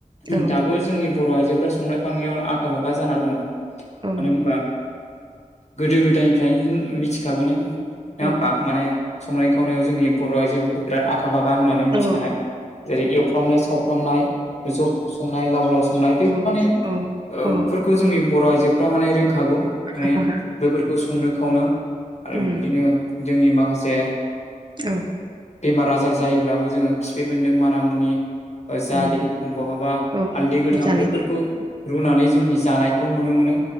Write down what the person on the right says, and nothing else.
औ
औ
औ
औ
औ औ औ
आखा फाखा
उम
उम
औ
औ
मोजाङै